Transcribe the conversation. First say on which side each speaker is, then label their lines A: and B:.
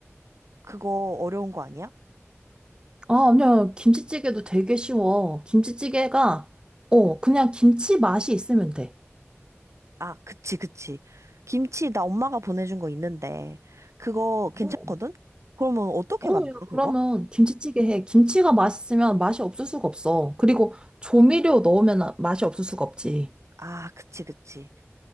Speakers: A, on the right (about 75°); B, on the right (about 20°).
A: 그거 어려운 거 아니야?
B: 아, 아니야. 김치찌개도 되게 쉬워. 김치찌개가, 어, 그냥 김치 맛이 있으면 돼.
A: 아, 그치, 그치. 김치 나 엄마가 보내준 거 있는데 그거 괜찮거든?
B: 어,
A: 그러면 어떻게
B: 어,
A: 만들어,
B: 야,
A: 그거?
B: 그러면 김치찌개 해. 김치가 맛있으면 맛이 없을 수가 없어. 그리고 조미료 넣으면 맛이 없을 수가 없지.
A: 아, 그치, 그치.